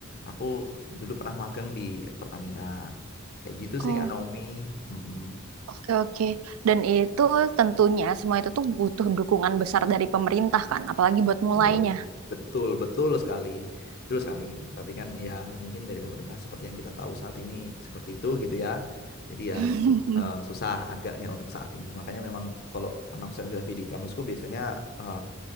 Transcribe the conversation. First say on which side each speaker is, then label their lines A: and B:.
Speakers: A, on the left (about 50°); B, on the right (about 80°).
A: aku dulu pernah magang di Pertamina. Kayak gitu
B: Oh,
A: sih Kak Naomi. Mm-mm.
B: Oke, oke. Dan itu tentunya semua itu tuh butuh dukungan besar dari pemerintah kan, apalagi buat mulainya.
A: Betul. Betul, betul sekali. Betul sekali. Tapi kan ya mungkin dari pemerintah seperti yang kita tahu saat ini seperti itu gitu ya. Jadi ya
B: <laughs>
A: eh, susah agaknya untuk saat ini. Makanya memang kalau anak oceanografi di kamusku biasanya eh,